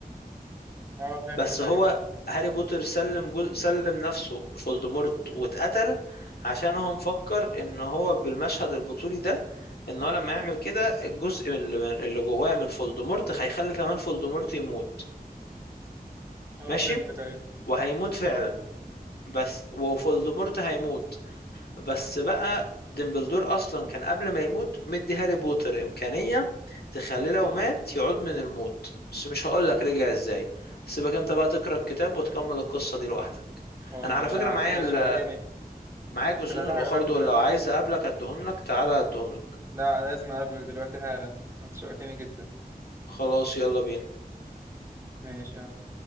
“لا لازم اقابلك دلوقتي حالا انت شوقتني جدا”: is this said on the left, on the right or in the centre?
Right